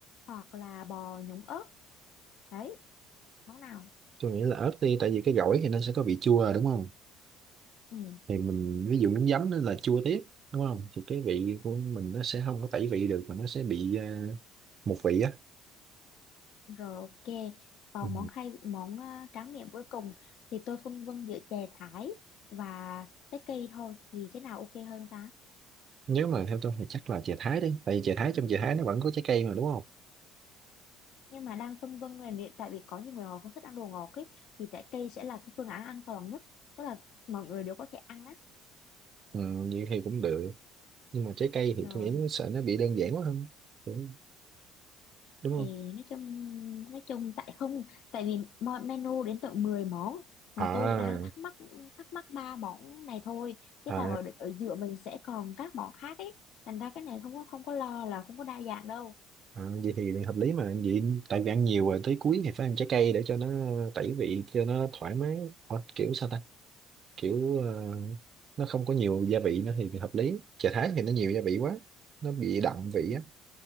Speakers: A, on the left; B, on the right.
A: hoặc là bò nhúng ớt đấy món nào
B: tôi nghĩ là ớt đi tại vì cái gỏi thì nó sẽ có vị chua à, đúng không
A: ừ,
B: thì mình ví dụ miếng giấm nó là chua tiếp đúng không thì cái vị của mình nó sẽ không có tẩy vị được mà nó sẽ bị à, một vị á
A: rồi ok còn
B: ừ.
A: món khai món ờ, tráng miệng cuối cùng thì tôi phân vân giữa chè thái và trái cây thôi thì cái nào ok hơn ta
B: nếu mà theo tôi thì chắc là chè thái đi tại vì chè thái trong chè thái nó vẫn có trái cây mà đúng không
A: nhưng mà đang phân vân là nếu- tại vì có nhiều người họ không thích ăn đồ ngọt ấy thì trái cây sẽ là cái phương án an toàn nhất tức là mọi người đều có thể ăn á
B: ừ, như thì cũng được nhưng mà trái cây
A: rồi
B: thì tôi nghĩ nó sợ nó bị đơn giản quá không đúng, đúng
A: thì
B: không
A: nói chung nói chung tại không tại vì mo- menu đến tận mười món mà
B: à,
A: tôi đang thắc mắc thắc mắc ba món này thôi chứ
B: à
A: còn ở, ở giữa mình sẽ còn các món khác ấy thành ra cái này không có không có lo là không có đa dạng đâu
B: à vậy thì hợp lý mà vậy tại vì ăn nhiều rồi tới cuối thì phải ăn trái cây để cho nó tẩy vị cho nó thoải mái Ủa, kiểu sao ta kiểu ờ, nó không có nhiều gia vị nữa thì, thì hợp lý chả thái thì nó nhiều gia vị quá nó bị đậm vị
A: Ừ,
B: á